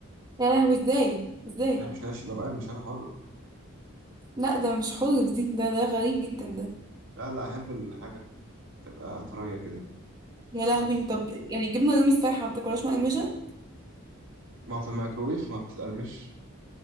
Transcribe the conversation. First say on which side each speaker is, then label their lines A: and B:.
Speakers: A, on the right; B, on the right.
A: يا لهوي ازاي ازاي
B: ما بحبش العيش يبقى مقرمش أنا حر
A: لا ده مش حلو دي ده ده غريب جدا ده
B: لا لا أحب الحاجة تبقى طرية كده
A: يا
B: سلام
A: لهوي وطب يعني جبنة رومي السايحة ما بتاكلهاش مقرمشة
B: ما هو في الميكروويف ما بتتقرمش